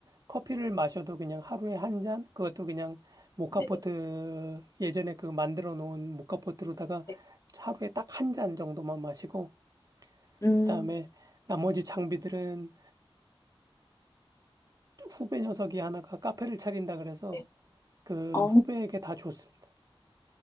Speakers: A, on the right; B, on the left.
A: 커피를 마셔도 그냥 하루에 한 잔? 그것도 그냥 모카포트,
B: 네네.
A: 예전에 그 만들어 놓은 모카포트로다가
B: 네.
A: 하루에 딱 한 잔 정도만 마시고,
B: 음,
A: 그 다음에 나머지 장비들은 후배 녀석이 하나가 카페를 차린다 그래서
B: 네.
A: 그
B: 아,
A: 후배에게 다 줬습니다.